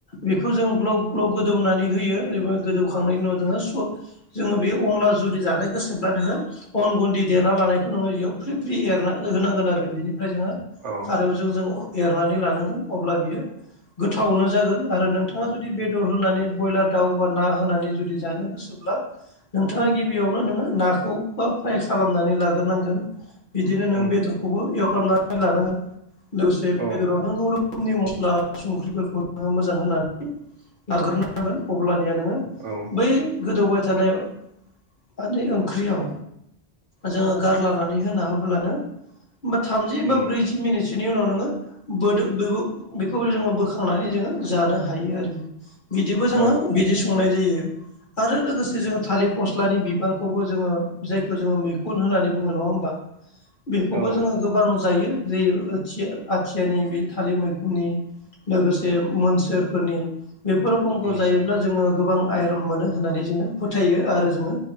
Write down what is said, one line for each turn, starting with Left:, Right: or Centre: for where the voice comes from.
Left: बेखौ जों ग्लब ग्लब गोदौनानै होयो बे गोदौखांनायनि उनाव जोङो स जोङो बे अनला जुदि जानो गोसोब्ला जोङो अन गुदि देना लानायखौ नोङो बेयाव फ्रि फ्रि एरना होनांगोन आरो बिनिफ्राय जोङो
Right: औ
Left: खारौ जों जों एरनानै लानांगोन अब्ला बियो गोथावनो जागोन आरो नोंथाङा जुदि बेदर होनानै ब्रयलार दाउ बा ना होनानै जुदि जानो गोसोब्ला नोंथाङा गिबियावनो नोङो नाखौ बा फ्राय खालामनानै लाग्रोनांगोन बिदिनो नों
Right: उम
Left: बेदरखौबो एवफ्रामनानै लानांगोन। लोगोसे बेदराव
Right: औ
Left: नांगौ रो खोमनि मस्ला संख्रिफोरखौ नोङो मोजां होनानै लाग्रोनांगोन। अब्लानिया नोङो
Right: औ
Left: बै गोदौबाय थानाय माने ओंख्रियाव जोङो गारलानानै होना होब्लानो होमबा थामजि
Right: उम
Left: बा ब्रैजि मिनिटसोनि उनाव नोङो बोदो बेखौबो जोङो बोखांनानै जोङो जानो हायो आरो बिदिबो जोङो
Right: औ
Left: बिदि संनाय जायो आरो लोगो से जोङो
Right: उम
Left: थालिर फस्लानि बिबारखौबो जोङो जायखौ जोङो मैखुन होननानै बुङो नङा होमबा बेखौबो
Right: औ
Left: जोङो गोबां जायो जेर आथिया आथियानि बे थालिर मैखुननि लोगोसे मोनसोरफोरनि बेफोराव खमखौ
Right: उम
Left: जायोब्ला जोङो गोबां आइरन मोनो होननानै जोङो फोथायो आरो जोङो